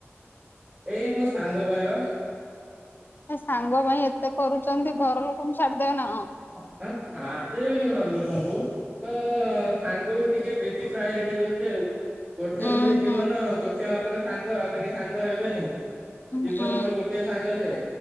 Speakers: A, on the right; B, on the left.
A: ଏଇ ମୋ ସାଙ୍ଗ ପାଇଁ ପା।
B: ଏ ସାଙ୍ଗ ପାଇଁ ଏତେ କରୁଚନ୍ତି ଘର ଲୋକଙ୍କୁ ଛାଡିଦେବେ ନା କଣ?
A: <unintelligible> ମାରି ଦେବିନି ଘରେ ଲୋକଙ୍କୁୁ। ତ ସାଙ୍ଗକୁ ଟିକେ ବେଶୀ ପ୍ରାୟେରିଟି ଦଉଛି ଆଉ। ଗୋଟେ
B: ଉଁ
A: ବୋଲି ଜୀବନ,
B: ହୁଁ
A: ଗୋଟେ ମାତ୍ର ସାଙ୍ଗ ଆଉ ତ କେହି ସାଙ୍ଗ ହେବେନି। ଜୀବନରେ
B: ଉଁ ଉଁ
A: ମୋର ଗୋଟଏ ସାଙ୍ଗ ସେ,